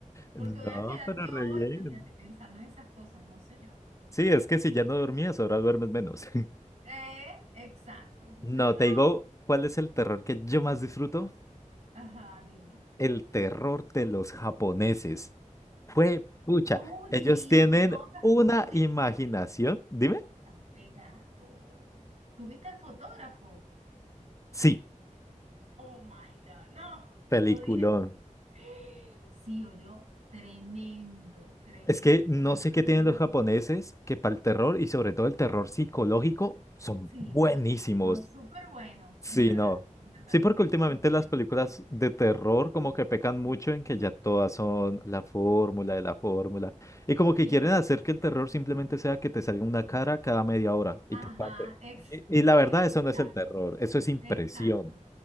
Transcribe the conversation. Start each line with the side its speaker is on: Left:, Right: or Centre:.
Right: Porque
Left: No,
Right: voy a quedar
Left: pero
Right: yo,
Left: re bien.
Right: imagínate, pensando en esas cosas, no señor.
Left: Sí, es que si ya no dormías, ahora duermes menos. <laughs>
Right: Eh, exacto. Entonces,
Left: No,
Right: no.
Left: te digo, ¿cuál es el terror que yo más disfruto?
Right: Ajá, dime.
Left: El terror de los japoneses. Fue pucha.
Right: Oye,
Left: Ellos
Right: y
Left: tienen
Right: el fotógrafo,
Left: una
Right: ¿tú viste?
Left: imaginación. Dime.
Right: Sabe gato. ¿Tú viste al fotógrafo?
Left: Sí,
Right: Oh my God, no.
Left: peliculón.
Right: Yo dije, <gasps> sí o yo, tremendo, tremendo.
Left: Es que no
Right: mis
Left: sé
Right: hermanas
Left: qué tienen
Right: fue la
Left: los japoneses
Right: que-
Left: que para el terror y sobre todo el terror psicológico son
Right: Sí,
Left: buenísimos.
Right: son es súper bueno,
Left: Sí,
Right: es verdad,
Left: no.
Right: es verdad,
Left: Sí, porque
Right: tienes
Left: últimamente
Right: razón.
Left: las películas de terror como que pecan mucho en que ya todas son la fórmula de la fórmula. Y como que
Right: Sí,
Left: quieren hacer que el terror simplemente sea que te salga una cara cada media hora
Right: ajá,
Left: y te espante.
Right: ex-
Left: Y,
Right: <laughs>
Left: y la verdad, eso
Right: exacto,
Left: no es el terror, eso es impresión.
Right: exacto.